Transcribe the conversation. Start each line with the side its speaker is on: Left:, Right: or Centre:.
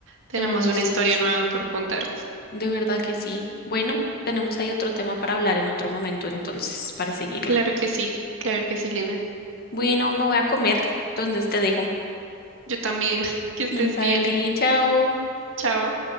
Right: tenemos
Left: Todos los
Right: una
Left: días,
Right: historia nueva
Left: sí.
Right: por contar.
Left: De verdad que sí. Bueno, tenemos ahí otro tema para hablar en otro momento, entonces, para seguirla.
Right: Claro que sí, claro que sí, Lina.
Left: Bueno, me voy a comer, entonces te dejo.
Right: Yo también. <laughs> Que estés
Left: <laughs> Vale,
Right: bien.
Left: chao.
Right: Chao.